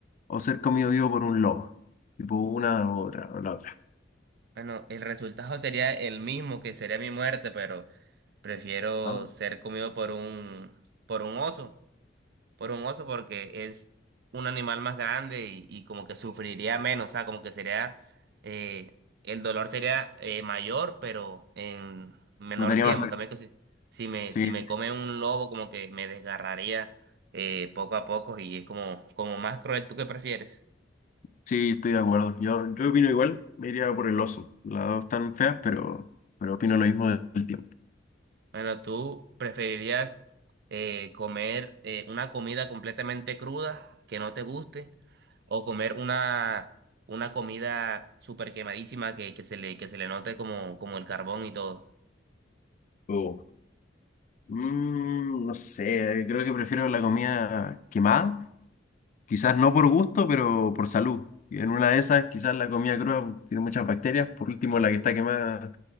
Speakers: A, on the left; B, on the right.
A: o ser comido vivo por un lobo? Tipo una u otra, o la otra.
B: Bueno, el resultado sería el mismo que sería mi muerte, pero prefiero
A: Ah,
B: ser comido por un, por un oso. por un oso porque es un animal más grande y, y como que sufriría menos, o sea, como que sería, eh, el dolor sería eh, mayor, pero en menor
A: No te haría
B: tiempo.
A: más rabia.
B: En Cambio que si, si me,
A: Sí,
B: si me come un lobo, como que me desgarraría eh, poco a poco y es como, como más cruel. ¿Tú qué prefieres?
A: sí, estoy de acuerdo. Yo, yo opino igual, me iría por el oso. Las dos están feas, pero, pero opino lo mismo del tiempo.
B: Bueno, ¿tú preferirías eh, comer eh, una comida completamente cruda que no te guste o comer una, una comida súper quemadísima que, que se le, que se le note como, como el carbón y todo?
A: Oh. Mm, no sé, creo que prefiero la comida quemada quizás no por gusto, pero por salud. Y en una de esas, quizás la comida cruda tiene muchas bacterias. Por último, la que está quemada